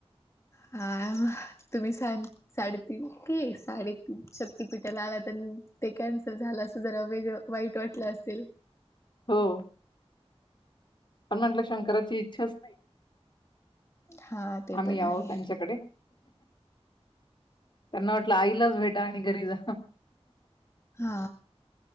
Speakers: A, on the left (about 25°); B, on the left (about 45°).
A: हा म तुम्ही स साडेतीन साडेतीन शक्तीपीठाला आला तर कनल झा अस ज व वाई वाट असे
B: हो पण म्हटलं शंकराची इच्छाच नाही
A: हा ते
B: आम्ही
A: पण
B: आहो
A: आहे.
B: त्यांच्याकडे त्यांना वाटलं आईलाच भेटा आणि घरी जा
A: हा